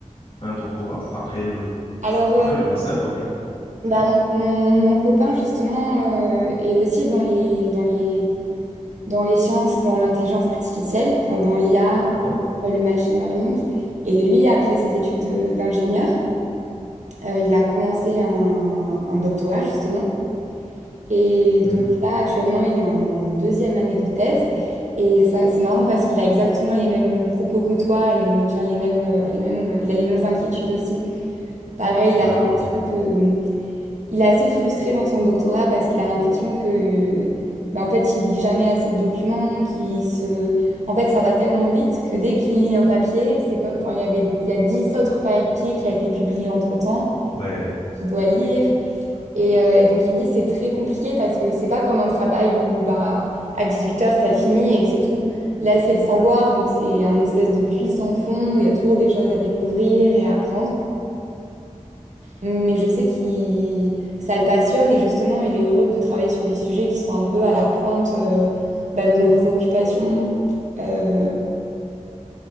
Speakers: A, on the left (about 45°); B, on the right (about 70°).
A: un doctorat après le,
B: Alors,
A: après le master, ou bien?
B: Bah,
A: Oui,
B: mon, mon- mon copain, justement, euh, est aussi dans les, dans les, dans les sciences, dans l'intelligence artificielle, enfin, dans l'IA,
A: d'accord.
B: euh, le machine learning. Et lui, après ses études euh, d'ingénieur, euh, il a commencé un, un doctorat, justement. Et
A: Mhm.
B: donc là, actuellement, il est en deuxième année de thèse. Et ça, c'est marrant parce qu'il a exactement les mêmes propos que toi. Il me tient les mêmes, euh, les mêmes, il a les mêmes inquiétudes aussi. Pareil, il
A: D'accord.
B: a l'impression que Il est assez frustré dans son doctorat parce qu'il a l'impression que, bah, en fait, il lit jamais assez de documents, qu'il se... En fait, ça va tellement vite que dès qu'il lit un papier, c'est comme... Enfin, il y avait... il y a dix autres papiers qui a été publiés entre-temps,
A: Ouais,
B: qu'il doit lire. Et, euh, et donc, il me dit, c'est très compliqué parce que c'est pas comme un travail où, bah, à 18 heures t'as fini et c'est tout. Là, c'est le savoir, donc c'est un espèce de puits sans fond où il y a toujours des choses à découvrir et à apprendre. Mais je sais qu'il ça le passionne et justement, il est heureux de travailler sur des sujets qui sont un peu à la pointe euh, bah, de nos préoccupations euh,